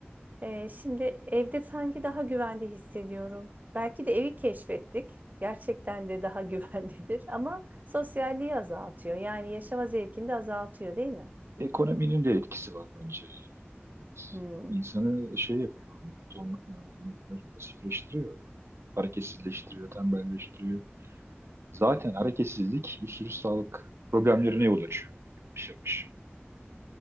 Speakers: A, on the right; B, on the right.
A: Eee, şimdi evde sanki daha güvende hissediyorum. Belki de evi keşfettik. Gerçekten de daha <laughs> güvendedir. Ama sosyalliği azaltıyor. Yani yaşama zevkini de azaltıyor, değil mi?
B: Ekonominin de etkisi var bence. Evet.
A: Hmm,
B: İnsanı şey yapıyor, ton, e, ne denir, pasifleştiriyor yani. Hareketsizleştiriyor, tembelleştiriyor. Zaten hareketsizlik bir sürü sağlık problemlerine yol açıyor. Yavaş yavaş.